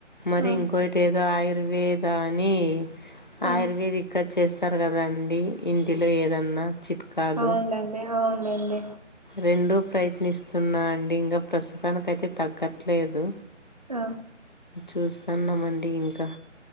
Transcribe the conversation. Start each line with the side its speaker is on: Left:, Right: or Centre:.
Left: మరి
Right: ఆ
Left: ఇంకవ ఏదో ఆయుర్వేద అని
Right: ఆ
Left: ఆయుర్వేదిక్ కట్ చేస్తారు కదాండి ఇంటిలో ఏదన్నా చిట్కాలు
Right: అవునులేండి అవునులేండి
Left: రెండూ ప్రయత్నిస్తున్నా అండి ఇంకా ప్రస్తుతానికి అయితే తగ్గట్లేదు
Right: ఆ
Left: చూస్తున్నమండి ఇంకా